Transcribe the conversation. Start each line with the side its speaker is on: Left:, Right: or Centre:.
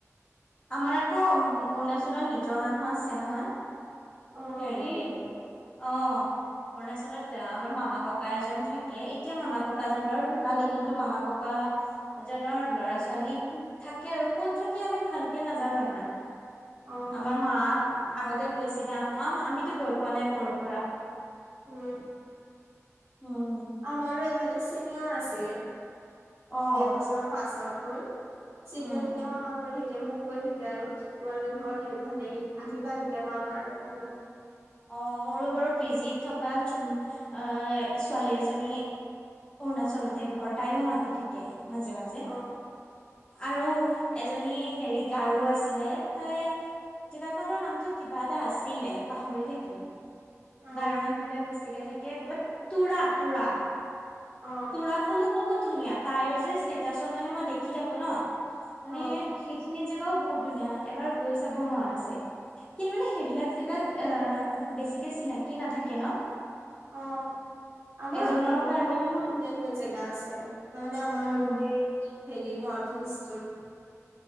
Left: আমাৰ আকৌ অৰুণাচলত নিজৰ মানুহ আছে নহয়?
Right: অ
Left: হেৰি
Right: হয় নেকি
Left: অ অৰুণাচলত আমাৰ মামা ককা এজন থাকে এতিয়া মামা ককাজন বাৰু ঢুকালে কিন্তু মামা ককা এজনৰ লৰা ছোৱালী থাকে আৰু কত থাকে আমি ভালকে নাজানো ইমান?
Right: অ
Left: আমাৰ
Right: অ
Left: মা। আগতে গৈছিলা? ম আমিতো গৈ পোৱা নাই সৰুৰ পৰা?
Right: উম
Left: উম,
Right: আমাৰো এ। ইফালে চিনিয়ৰ আছিলে?
Left: অ',
Right: এই বছৰ পাছ আউট। ক চিনিয়ৰখিনিও
Left: উম,
Right: আমাক কৈ থাকে এতিয়া মোক কৈ থাকে আৰু তোমাৰতো ঘৰ সেইফালেই আহিবা কেতিয়াবা আমাৰ এইফালে
Left: অ মোৰো বাৰু পি জিত থকা চুম্পী ছোৱালী এজনী অৰুণাচলতে ঘৰ তাইও মাতি থাকে মাজে মাজে
Right: অ
Left: আৰু এজনী হেৰি গাৰু আছিলে তাই জেগাখনৰ নামতো কিবা এটা আছিলে পাহৰি থাকি লো
Right: অ
Left: গাৰু মানুহ বিলাক বেছিকে থাকে কে ক'বাত তোৰা তোৰা
Right: অ
Left: তোৰা খনো বহুত ধুনীয়া তাইৰ যে ষ্টেটাছ মানে মই দেখি থাকো ন মানে
Right: অ
Left: সেইখিনি যে ও বহুত ধুনীয়া এবাৰ গৈ চাব মন আছে কিন্তু মানে সেইবিলাক জেগাত
Right: সেইটোৱে
Left: এ বেছিকে চিনাকি নাথাকে ন
Right: অ আমাৰ
Left: এজনৰ
Right: অসমতে
Left: কাৰণে
Right: বহুত
Left: মানে
Right: ধুনীয়া ধুনীয়া জেগা আছে তাৰমানে আমাৰ
Left: উম
Right: গোটেই হেৰি নৰ্থ ইষ্টটোত